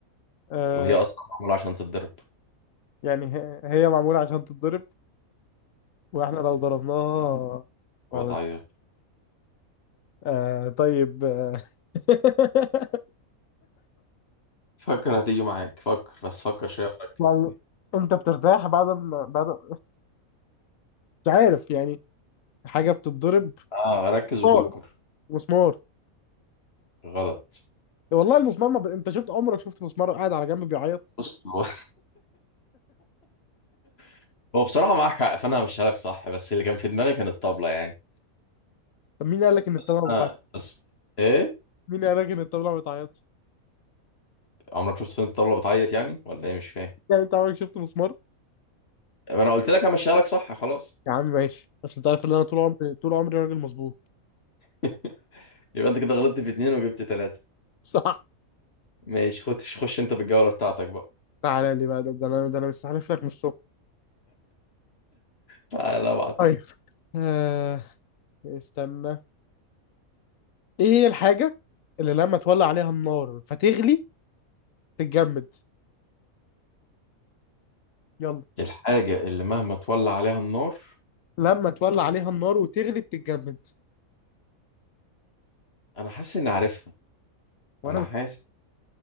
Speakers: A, on the left (about 70°); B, on the left (about 45°).
A: آه
B: وهي اصلا معمولة عشان تتضرب
A: يعني ه- هي معموله عشان تتضرب واحنا لو ضربناها ما
B: ما
A: بت-
B: بتعيطش
A: آه طيب آه <laughs>
B: فكر هتيجي معاك فكر بس فكر شوية وركز
A: يعني انت بترتاح بعد ما بعد مش عارف يعني حاجه بتتضرب
B: اه ركز وفكر
A: مسمار مسمار
B: غلط
A: والله المسمار ما ب... انت شفت عمرك شفت مسمار قاعد على جنب بيعيط
B: بص هو <laughs> هو بصراحة معاك حق فانا همشيها لك صح بس اللي كان في دماغي كان الطبلة يعني
A: طب مين قال لك ان الطبله
B: بس انا
A: بتعيط
B: بس ايه
A: مين قال لك ان الطبله بتعيط
B: عمرك شفت فين الطبلة بتعيط يعني ولا ايه مش فاهم
A: يعني انت عمرك شفت مسمار
B: ما انا قلت لك همشيها لك صح خلاص
A: يا عم ماشي عشان انت عارف ان انا طول عمري طول عمري راجل مظبوط <laughs>
B: <laughs> يبقى انت كده غلطت في اتنين وجبت تلاتة
A: صح
B: ماشي خش خش انت بالجولة بتاعتك بقى
A: تعالى لي بقى ده ده انا ده انا مستحلف لك من الصبح
B: تعالى ابعت
A: طيب آه استنى ايه هي الحاجة اللي لما تولع عليها النار فتغلي تتجمد يلا
B: الحاجة اللي مهما تولع عليها النار
A: لما تولع عليها النار وتغلي بتتجمد
B: انا حاسس اني عارفها
A: وانا
B: انا
A: مش...
B: حاسس